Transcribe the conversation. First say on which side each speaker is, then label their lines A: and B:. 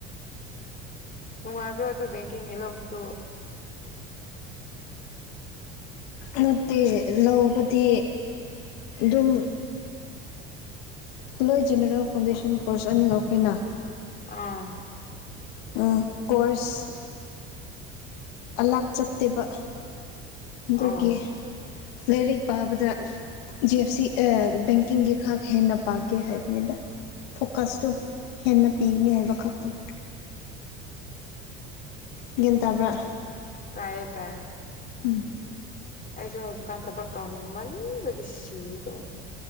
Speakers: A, on the left; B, on the left.
A: ꯅꯅꯨꯡꯥꯏꯕ꯭ꯔꯣ ꯑꯗꯨ ꯦꯡꯀꯤꯡ ꯌꯦꯂ ꯍꯣ
B: ꯅꯠꯇꯦ ꯂꯧꯕꯗꯤ ꯑꯗꯨꯝ ꯂꯣꯏ ꯖꯦꯅꯔꯦꯜ ꯐꯥꯎꯟꯗꯦꯁꯟ ꯀꯣꯔꯁ ꯑꯣꯏꯅ ꯂꯧꯈ꯭ꯔꯦꯅ
A: ꯎꯝ
B: ꯀꯣꯔ ꯀꯣꯔꯁ ꯑꯂꯥꯛ ꯆꯠꯇꯦꯕ ꯑꯗꯨꯒꯤ
A: ꯑꯧ
B: ꯂꯥꯏꯔꯤꯛ ꯄꯥꯕꯗ ꯖꯤ ꯑꯦꯐ ꯁꯤ ꯕꯦꯡꯀꯤꯡꯒꯤ ꯈꯛ ꯍꯦꯟꯅ ꯄꯥꯒꯦ ꯍꯥꯏꯕꯅꯤꯗ ꯐꯣꯀꯁꯇꯣ ꯍꯦꯟꯅ ꯄꯤꯒꯅꯤ ꯍꯥꯏꯕ ꯈꯛꯇꯅꯤ ꯒ꯭ꯌꯥꯟ ꯇꯥꯕ꯭ꯔꯥ
A: ꯇꯑꯦ ꯄꯥꯏꯑ
B: ꯎꯝ
A: ꯑꯩꯁꯨ ꯍꯧꯖꯤꯛꯀꯥꯟ ꯊꯕꯛ ꯇꯧꯅꯤꯡꯃꯟꯕꯒꯤ ꯁꯤꯗꯧ